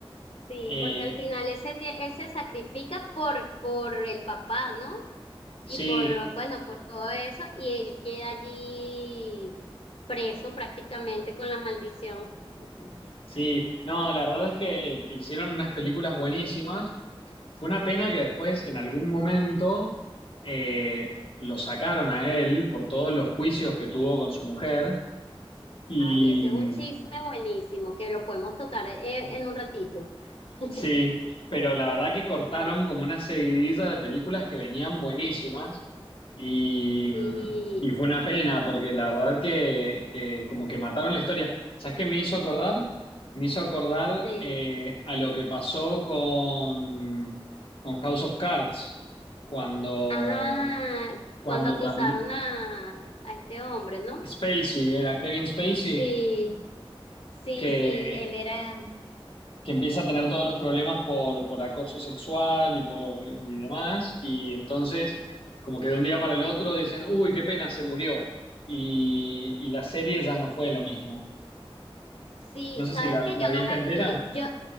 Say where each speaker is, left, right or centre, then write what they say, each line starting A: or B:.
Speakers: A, on the left; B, on the left.
A: Sí,
B: Eh,
A: porque al final ese se, tie- él se sacrifica por, por el papá, ¿no?
B: sí,
A: Y por, bueno, por todo eso, y él queda allí preso prácticamente con la maldición. <laughs>
B: sí. No, la verdad es que eh, hicieron unas películas buenísimas. Fue una pena que después, en algún momento, eh, lo sacaron a él por todos los juicios que tuvo con su mujer. Y,
A: Ay, ese es
B: mm,
A: un chisme buenísimo, que lo podemos tocar eh, en un ratito. <laughs>
B: Sí, pero la verdad que cortaron
A: Sí,
B: como una seguidilla de películas que venían buenísimas y,
A: sí,
B: y fue una pena porque la verdad que, que como que mataron la historia. ¿Sabes qué me hizo acordar? Me hizo acordar
A: de,
B: eh, a lo que pasó con, con House of Cards, cuando,
A: ah,
B: cuando
A: cuando acusaron
B: tam-
A: a, a este hombre, ¿no?
B: Spacey, era Kevin Spacey,
A: Sí, sí,
B: que
A: sí, él era...
B: que empieza a tener todos los problemas por, por acoso sexual y, por, y demás, y entonces como que de un día para el otro dicen, uy, qué pena, se murió, y, y la serie ya no fue lo mismo.
A: Sí,
B: No sé
A: sabes
B: si la,
A: que yo
B: la
A: no
B: viste
A: me
B: entera.
A: vi, yo,